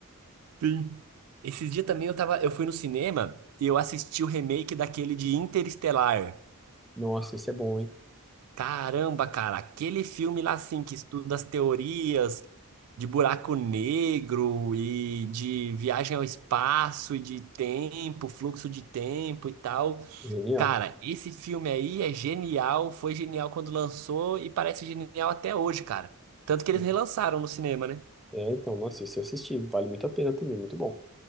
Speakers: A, on the right; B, in the centre.
A: Sim. Esses dias também eu tava, eu fui no cinema e eu assisti o remake daquele de Interestelar.
B: Nossa, esse é bom, hein?
A: Caramba, cara, aquele filme lá assim que estuda as teorias de buraco negro e de viagem ao espaço e de tempo, fluxo de tempo e tal.
B: Genial.
A: Cara, esse filme aí é genial, foi genial quando lançou e parece genial até hoje, cara. Tanto
B: Sim.
A: que eles relançaram no cinema, né?
B: É, então, nossa, esse eu assisti, vale muito a pena também, muito bom.